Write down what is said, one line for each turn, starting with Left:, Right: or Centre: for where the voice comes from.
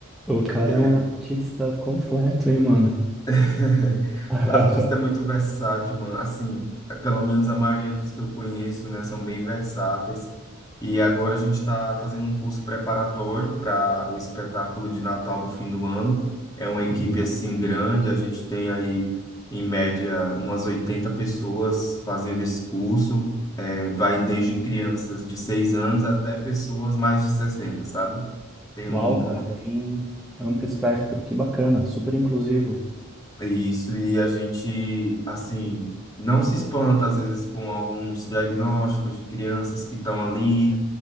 Centre: O cara
Left: É,
Centre: é um artista completo, hein, mano?
Left: <laughs>
Centre: <laughs>
Left: Artista é muito versátil, mano. Assim, pelo menos a maioria dos que eu conheço, né, são bem versáteis. E agora a gente está fazendo um curso preparatório para o espetáculo de Natal do fim do ano. É uma equipe
Centre: Uhum.
Left: assim grande, a gente tem aí em média umas 80 pessoas fazendo esse curso. É, vai desde crianças de 6 anos até pessoas mais de 60, sabe? Tem um
Centre: Uau, cara, bem amplo espectro, que bacana, super inclusivo.
Left: É Isso, e a gente, assim, não se espanta às vezes com alguns diagnósticos de crianças que estão ali